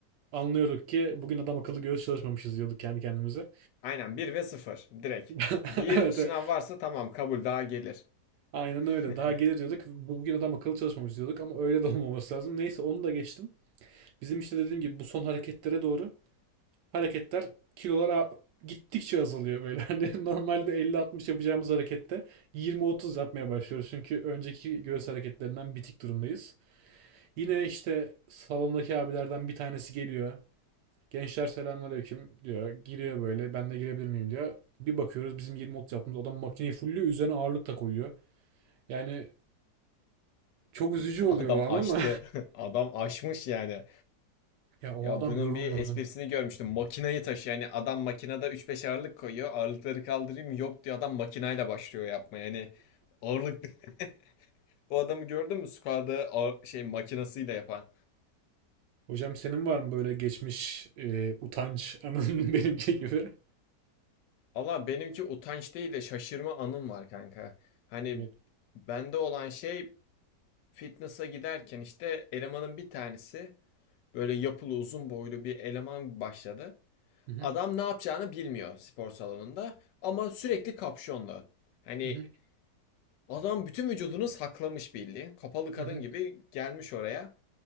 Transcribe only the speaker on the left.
Aynen bir ve sıfır direkt.
Bir
şınav
varsa tamam kabul daha gelir.
<laughs>
Adam
açtı.
<laughs> Adam aşmış yani.
Ya
bunun
bir esprisini görmüştüm. Makinayı taşı yani adam makinede üç beş ağırlık koyuyor. Ağırlıkları kaldırayım mı? yok diyor. Adam makinayla başlıyor yapmaya. Yani ağırlık <laughs> o adamı gördün mü? Squad'ı ağır- şey makinasıyla yapan.
Valla benimki utanç değil de şaşırma anım var kanka. Hani
bende olan şey fitness'a giderken işte elemanın bir tanesi böyle yapılı uzun boylu bir eleman başladı.
Adam ne yapacağını bilmiyor spor salonunda ama sürekli kapşonlu. Hani
Adam bütün vücudunu saklamış belli. Kapalı kadın
gibi gelmiş oraya.